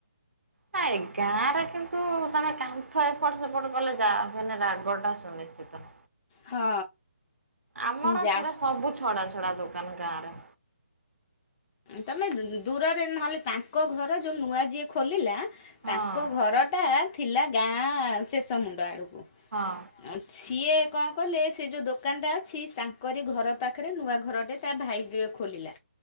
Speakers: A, on the right (about 80°); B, on the left (about 20°).
A: ହାଏ ଗାଁ ରେ କିନ୍ତୁ ତମେ କାଁ ଥା ଏପଟ ସେପଟ କଲେ ଯାହା ହେନେ ରାଗଟା ସୁନିଶ୍ଚିତ।
B: ହଁ।
A: ଆମର
B: ଯା
A: ପୁରା ସବୁ ଛଡା ଛଡା ଦୋକାନ ଗାଁରେ
B: ତମେ ଦୂରରେ ନହେଲେ ତାଙ୍କ ଘର ଯୋଉ ନୂଆ ଯିଏ ଖୋଲିଲା
A: ହଁ
B: ତାଙ୍କ ଘରଟା ଥିଲା ଗାଁ ଆଁ ଶେଷ ମୁଣ୍ଡ ଆଡ଼କୁ
A: ହଁ।
B: ସିଏ କଣ କଲେ ସେ ଯୋଉଁ ଦୋକାନଟା ଅଛି ତାଙ୍କରି ଘର ପାଖରେ ନୂଆ ଘରଟେ ତା ଭାଇ ଖୋଲିଲା